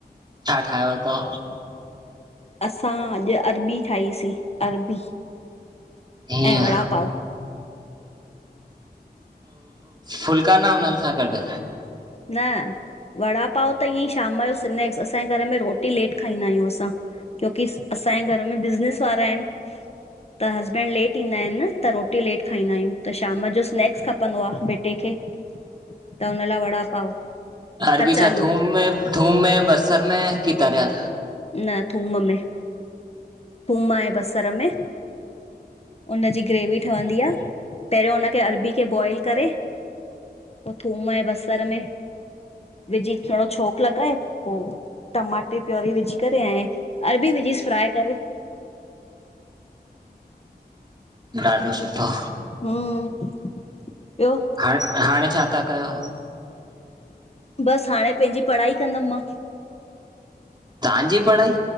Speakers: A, on the right; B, on the left.
A: छा ठाहियो तौ?
B: असां अॼु अरबी ठाहीसीं अरबी,
A: हीअं
B: ऐं वड़ा पाव।
A: फुल्का न हुननि सां गॾु।
B: न वड़ा पाव त ईअं ई शाम जो स्नैक्स असांजे घर में रोटी लेट खाईंदा आहियूं असां। क्योकी असांजे घर में बिज़नस वारा आहिनि। त हस्बैंड लेट ईंदा आहिनि न त रोटी लेट खाईंदा आहियूं। त शाम जो स्नैक्स खपंदो आहे बेटे खे त हुन लाऐ वड़ा पाव
A: अरबि
B: कचालू
A: छा थूम में, थूम में, बसर में की तरयल?
B: न थूम में, थूम ऐं बसर में हुननजी ग्रेवी ठहंदी आ। पहिरियों उनखे अरबी खे बॉइल करे पो थूम ऐं बसर में विझी थोरो छोक लॻाए पो टमाटे पयोरी विझ करें आऐं, अरबी विझ फ्राए करे
A: ॾाढो सुठो।
B: हम ॿियो?
A: हाणे- हाणे छा था कयो?
B: बसि हाणे पंहिंजी पढ़ाई कंदमि मां।
A: तांजी पढ़ाई?